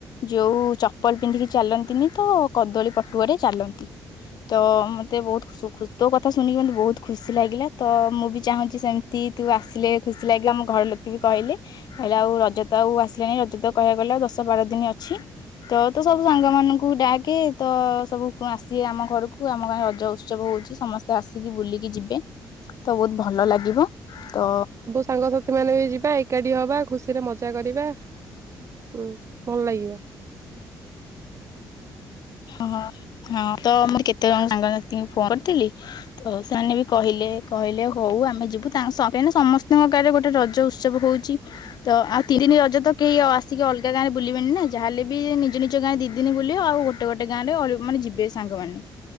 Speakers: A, on the left; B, on the right.
A: ଯୋଉ ଚପଲ ପିନ୍ଧିକି ଚାଲନ୍ତିନି ତ କଦଳୀ ପଟୁଆରେ ଚାଲନ୍ତି। ତ ମତେ ବୋହୁତ ଖୁସୁ ଖୁ ତୋ କଥା ଶୁଣିକି ମୋତେ ବୋହୁତ ଖୁସି ଲାଗିଲା ତ ମୁଁ ବି ଚାହୁଁଚି ସେମତି ତୁ ଆସିଲେ ଖୁସି ଲାଗିଲା ଆମ ଘର ଲୋକେ ବି କହିଲେ କହିଲେ ଆଉ ରଜ ତ ଆଉ ଆସିଲାଣି ରଜ ତ କହିବାକୁ ଗଲେ ଆଉ ଦଶ ବାର ଦିନି ଅଛି। ତ ତୁ ସବୁ ସାଙ୍ଗମାନଙ୍କୁ ଡାକେ ତ ସବୁ ପ ଆସିବେ ଆମ ଘରୁକୁ ଆମ ଗାଁରେ ରଜ ଉତ୍ସବ ହୋଉଚି ସମସ୍ତେ ଆସିକି ବୁଲିକି ଯିବେ ତ ବୋହୁତ ଭଲ ଲାଗିବ। ତ
B: ସାଙ୍ଗସାଥିମାନେ ବି ଯିବା ଏ କାଟି ହବା ଖୁସିରେ ମଜା କରିବା। ହୁଁ ଭଲ ଲାଗିବ।
A: ହଁ ହଁ ତ ମୁଁ କେତେ ଜଣ ସାଙ୍ଗସାଥିଙ୍କୁ ଫୋନ କରିଥିଲି ତ ସେମାନେ ବି କହିଲେ କହିଲେ ହୋଉ ଆମେ ଯିବୁ। ତା ସ କାହିଁକିନା ସମସ୍ତିଙ୍କ ଗାଁରେ ଗୋଟେ ରଜ ଉତ୍ସବ ହୋଉଚି ତ ଆଉ ତିରେନି ରଜ ତ କେହି ଆସିକି ଅଲଗା ଗାଁରେ ବୁଲିବେନି ନାଁ ଯାହା ହେଲେ ବି ନିଜ ନିଜ ଗାଁରେ ଦି ଦିନ ବୁଲିବ ଆଉ ଗୋ ଟେ ଗୋଟେ ଗାଁରେ ଅଳି ମାନେ ଯିବେ ସାଙ୍ଗମାନେ।